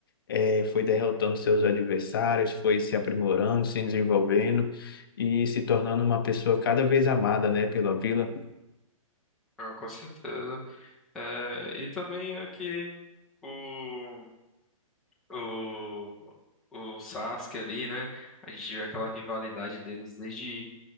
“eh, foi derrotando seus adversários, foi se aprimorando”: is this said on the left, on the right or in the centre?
Left